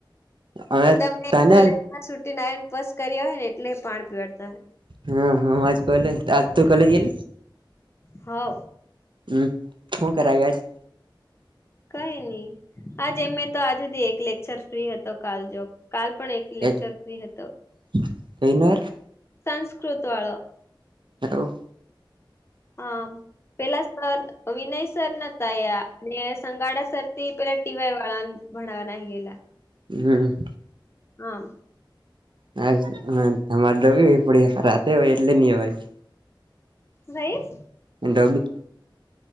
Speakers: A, on the right; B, on the left.
A: હવે
B: તે તમે
A: તને
B: કોલેજમાં છુટી ને પાસ કર્યા હોય ને એટલે પાણી પીવાડતા હોય.
A: હા, હા આજ કોલેજ આજ તું કોલેજ <unintelligible>
B: હોવ.
A: હમ, હું કરાયું આજ?
B: કઈ નહી આજ એમે તો આજથી એક લેક્ચર ફ્રી હતો કાલ જો કાલ પણ એક
A: આજ
B: લેક્ચર ફ્રી હતો.
A: <unintelligible>
B: સંસ્કૃત વાળો.
A: હલો.
B: હા. પેલા સર વિનય સર નતા આયા સંગાડા સર થી પેલા ટીવાય વાળા ભણવા નાઈ ગયેલા.
A: હમ.
B: હા.
A: હ તમારે દ પડીતે હોય એટલે નહી ભાઈ
B: સાઈસ.
A: એ ડોબી.